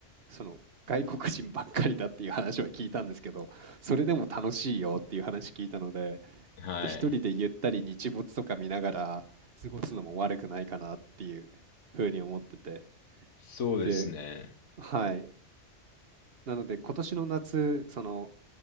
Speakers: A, on the right; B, on the left.
A: その外国人ばっかりだっていう話は聞いたんですけど、それでも楽しいよっていう話聞いたので、
B: はい。
A: で、一人でゆったり日没とか見ながら過ごすのも悪くないかなっていうふうに思ってて。
B: そうですね。
A: で、はい。なので今年の夏、その